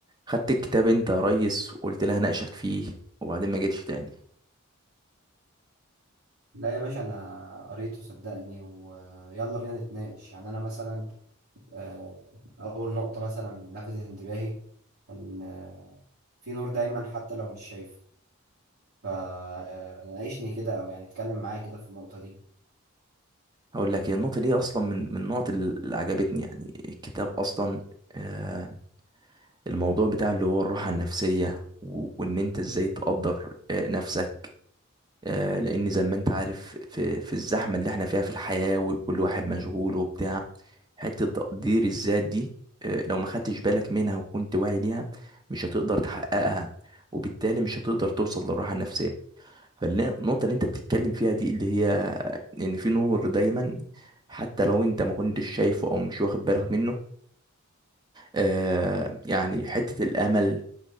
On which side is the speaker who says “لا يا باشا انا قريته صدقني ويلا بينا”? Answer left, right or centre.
Right